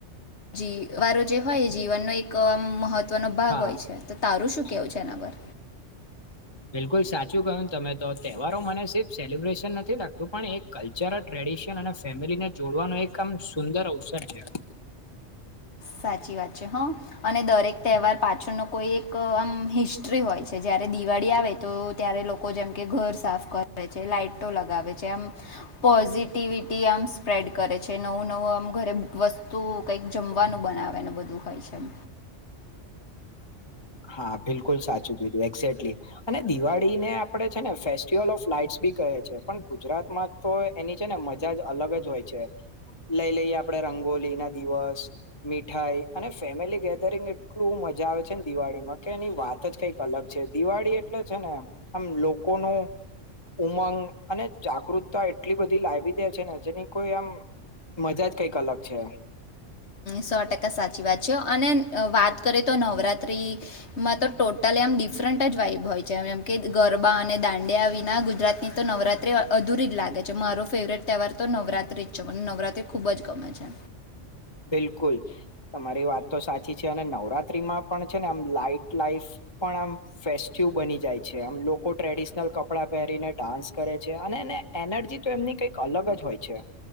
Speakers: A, on the left (about 65°); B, on the left (about 25°).
A: જીવારો જે હોય એ જીવનનો એક આમ મહત્વ મહત્વનો ભાગ
B: હા
A: હોય છે તો તારું શું કેવુ છે એનાપર
B: બિલકુલ સાચું કહું તમે તો તહેવારો મને સ સેલિબ્રેશન નથી લાગતું પણ એ કલ્ચરલ ટ્રેડિશન અને ફેમિલીને જોડવાનો એક આમ સુંદર અવસર છે
A: સાચી વાત છે હા અને દરેક તહેવાર પાછળનો. કોઈ એક આમ હિસ્ટ્રી હોય છે જયારે દ. દિવાળી આવે તો ત્યારે લોકો જેમ કે ઘર સાફ કરે છે લાાઈટો લગાવે છે આમ પોઝિટિવિટી આમ સ્પ્રેડ કરે છે નવું નવું આમ ઘરે વસ્તુ કઈક જમ. ખવાનું બનાવેનું બધું હોય છે એમ.
B: હા બિલકુલ સાચું છે. લી અને દિવાળી. ડીને આપે છે ને ફેસ્ટિવલ ઓફ લાાઈટસ બી કહે છે પણ ગુજરાતમાં તો એની છે ને મજા જ અલગ જ હોય છે લઈ લઈ આપડે રંગોલી ના દિવસ મીઠાઈ અને ફેમિલી ગેધરિંગ એટલું મજા આવે છે. દિવાળીમાં કે એની વાત જ કઈક અલગ છે દિવાળી એટલે છે ને આમ લોકો ન ઉમંગ અને જાગૃતતા એટલી બધી લાવી દે છે ને જેની કોઈ આમ મજા જ કઈક અલગ છે.
A: સો ટકા સાચી વાત છે અને વાત કરીએ તો નવરાતિમાં તો ટોટલ એમ ડિફરન્ટ જ વાઇબ હોય છેમ એમ કે ગરબા અને દાંડિયા વિના ગુજરાતની તો નવરાત્રિ અધૂરી જ લાગે છે મારો ફેવરેટ તહેવાર તો નવરાત્ર્રી જ છે મને નવરાત્રિ ખૂબ જ ગમે છે.
B: બિલકુલ તમારી વાત. તો સાચી છે અને નવરાત્રીમાં. પણ છે ને આમ લાઈટ લાઈફ પણ આમ ફેસ્ટિવ બની જાય છે આમ લોકો ટ્રેડિશનલ કપડાં પહેરીને ડાન્સ કરે છે અને એને એનર્જી તો એમની કઈક અલગ જ હોય છે.